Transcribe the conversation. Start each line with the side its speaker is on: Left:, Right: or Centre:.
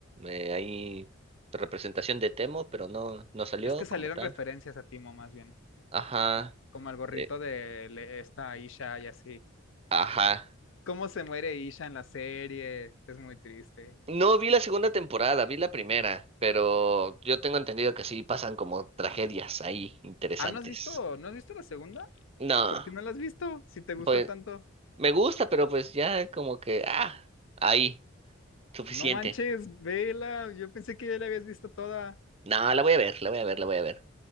Right: eh, ahí representación de Temo, pero no, no salió
Left: Es que
Right: como
Left: salieron
Right: tal.
Left: referencias a Timo, más bien,
Right: Ajá,
Left: como el gorrito
Right: eh,
Left: de le- esta Isha y así.
Right: ajá.
Left: ¿Cómo se muere Isha en la serie? Es muy triste.
Right: No vi la segunda temporada, vi la primera, pero yo tengo entendido que sí pasan como tragedias ahí interesantes.
Left: Ah, ¿no has visto, no has visto la segunda?
Right: No,
Left: ¿Por qué no la has visto? Si te gusta
Right: pues
Left: tanto.
Right: me gusta, pero pues ya como que, ah, ahí, suficiente.
Left: No manches, vela. Yo pensé que ya la habías visto toda.
Right: No, la voy a ver, la voy a ver, la voy a ver.